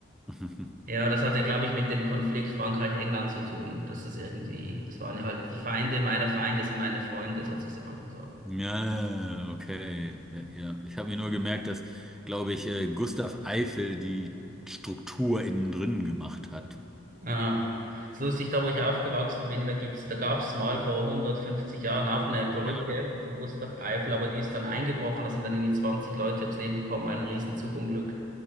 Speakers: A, in the centre; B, on the right.
A: <laughs>
B: Ja, das hatte, glaube ich, mit dem Konflikt Frankreich-England zu tun. Dass das irgendwie, das waren ja halt die Feinde meiner Feinde sind meine Freunde sozusagen. So.
A: Ja, okay. Ja, ja. Ich habe mir nur gemerkt, dass, glaube ich, äh, Gustav Eiffel die Struktur innen drin gemacht hat.
B: Ah, ist lustig, da wo ich aufgewachsen bin, da gibt's, da gab's mal vor 150 Jahren auch eine Perücke
A: Ja.
B: von Gustav Eiffel, aber die ist dann eingebrochen, da sind dann irgendwie 20 Leute ums Leben gekommen bei einem riesen Zugunglück.